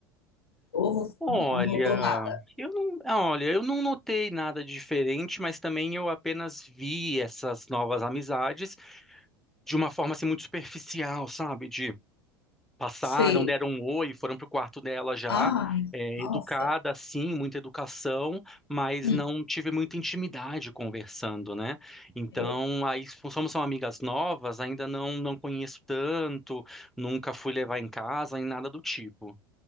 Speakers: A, on the left; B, in the centre.
A: Ou você
B: Olha,
A: não notou nada?
B: eu não, olha, eu não notei nada de diferente, mas também eu apenas vi essas novas amizades de uma forma assim muito superficial, sabe? De passaram,
A: Sei.
B: deram um oi, foram pro quarto dela já,
A: Ai,
B: é,
A: nossa.
B: educada, sim, muita educação, mas
A: Hum.
B: não tive muita intimidade conversando, né? Então,
A: é.
B: aí, como são amigas novas, ainda não, não conheço tanto, nunca fui levar em casa, nem nada do tipo.